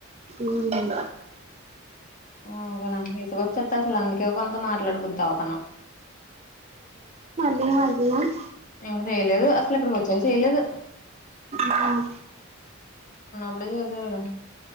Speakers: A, on the right; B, on the left.
A: ఉమ్.
B: అవుగనా ఇసుగొచ్చద్దసలు అందుకే కొంత మాట్లాడబుద్ధవదు నాకు
A: ఏ మంటున్నావ్?
B: ఇంగ చెయలేదు, అసలు ఇక్కడ కొచ్చాక చెయలేదు.
A: ఉమ్
B: ఎపుడు జేసాడు